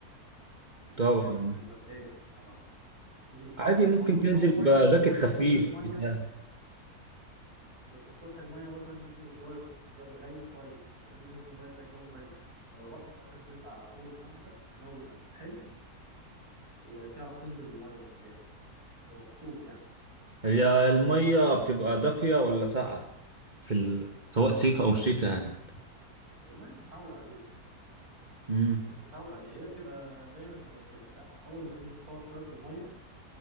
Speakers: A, on the right; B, on the right.
A: لان
B: طبعا
A: هتلاقي نفسك بردان طبعا تيجي الصبح
B: عادي ممكن
A: برضه الجو
B: تنزل
A: كويس
B: بجاكيت
A: بس تيجي
B: خفيف
A: تنزل الميه
B: بتاع
A: بس الصبح المية مثلا ممكن الجو يبقى مغيم شوية فتيجي تنزل المية تلاقي الجو مغيم فلو رحت في آخر تسعة أو أول خمسة الجو بيبقى حلو وبتعرف تنزل المية مرتاح بتبقى مبسوط يعني
B: هي المية بتبقى دافية ولا ساقعة في ال... سواء صيف أو شتاء يعني انت
A: والله بتتعود عليها
B: امم
A: أنت بتتعود عليها هي بتبقى دايما بتبقى ساقعة أول ما تنزل تقعد شوية في المية